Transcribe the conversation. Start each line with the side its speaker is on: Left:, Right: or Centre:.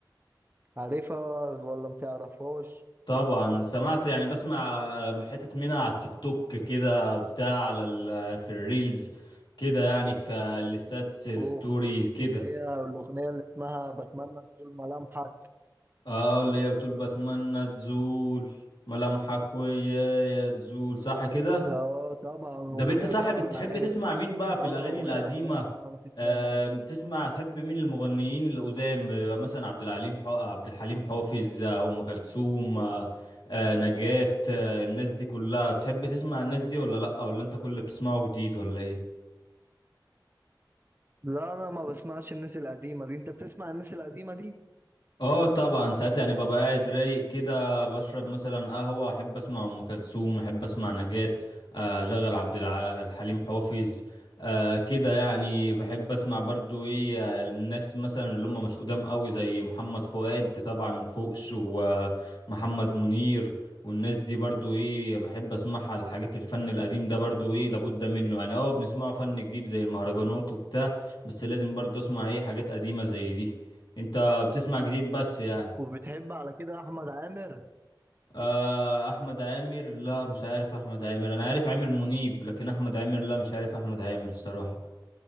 Right: عارفها ولا متعرفهاش
Left: طبعا سمعت يعني بسمع آه، حتة منها على التيك توك كده بتاع على ال آه، في الريلز كده يعني في الستاتس الستوري
Right: اوه أغنية
Left: كده
Right: اللي هي الأغنية اللي اسمها بتمنى تزول ملامحك
Left: اه اللي هي بتقول بتمنى تزول ملامحك ويايا تزول صح كده
Right: اه طبعا وليها
Left: ده انت صاحب
Right: طبعا
Left: بتحب
Right: أغاني
Left: تسمع
Right: كتير
Left: مين بقى في
Right: اه
Left: الاغاني
Right: وليها
Left: القديمه
Right: أغنية اسمها مفيش
Left: آه
Right: مانع
Left: بتسمع تحب مين المغنيين القدام آه، مثلا عبد الحليم حو... عبد الحليم حافظ آه، ام كلثوم آه آه، نجاة آه الناس دي كلها بتحب تسمع الناس دي ولا لا ولا انت كل اللي بتسمعه جديد ولا ايه
Right: لا أنا ما بسمعش الناس القديمة دي أنت بتسمع الناس القديمة دي
Left: اه طبعا ساعات يعني ببقى قاعد رايق كده بشرب مثلا قهوة احب اسمع ام كلثوم احب اسمع نجاة آه، اشغل عبد الع- الحليم حافظ آه، كده يعني بحب اسمع برضو ايه آه، الناس مثلا اللي هم مش قدام قوي زي محمد فؤاد طبعا فوقش ومحمد منير والناس دي برضو ايه بحب اسمعها الحاجات الفن القديم ده برضو ايه لابد منه يعني اه بنسمعه فن جديد زي المهرجانات وبتاع بس لازم برضو اسمع ايه حاجات قديمة زي دي انت بتسمع جديد بس يعني
Right: وبتحب على كده أحمد عامر
Left: آه احمد عامر لا مش عارف احمد عامر انا عارف عامر منيب لكن احمد عامر لا مش عارف احمد عامر الصراحة